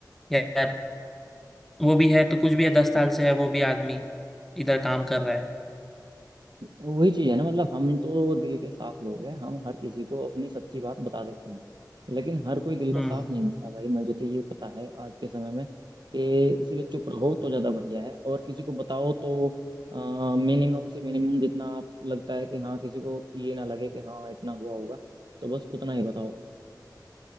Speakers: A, in the centre; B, on the right.
A: यार वो भी है तो कुछ भी है दस साल से है वो भी आदमी इधर काम कर रहा है
B: वही चीज है ना मतलब हम तो दिल के साफ लोग हैं हम हर किसी को अपनी सच्ची बात बता देते हैं लेकिन हर कोई दिल का
A: हम्म
B: साफ नहीं होता भाई मुझे तो ये पता है आज के समय में कि इसलिए चुप रहो तो ज्यादा बढ़िया है और किसी को बताओ तो मिनिमम से मिनिमम जितना आप लगता है कि हाँ किसी को ये ना लगे कि हाँ इतना हुआ होगा तो बस उतना ही बताओ